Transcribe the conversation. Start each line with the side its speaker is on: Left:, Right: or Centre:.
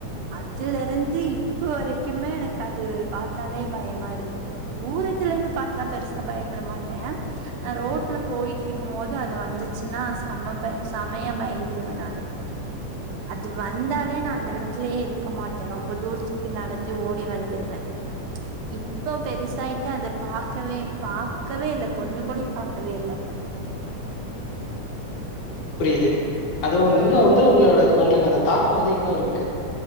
Right: அதுல இருந்து இப்போ வரைக்கிமே எனக்கு அது பாத்தாலே பயமா இருக்கு தூரத்துலருந்து பாத்தா பெருசா பயப்பட மாட்டே நா ரோட்ல போயிட்டுருக்கும் மோது அது வந்துச்சுன்னா செம பய செமையா பயந் வே நானு அது வந்தாலே நா அந்த இடத்துலயே இருக்க மாட்டே ரொம்ப தூர்த்துக்கு நடந்து ஓடி வந்துருவே இப்ப பெருசாயிட்டே அத பாக்கவே பாக்கவே இல்ல கொஞ்சோ கூட பாக்கவே இல்ல
Left: புரியுது அதுவு
Right: ம்
Left: இன்னு வந்து உங்களோட உங்களுக்கு அந்த தாக்கோ வந்து இன்னு இருக்கு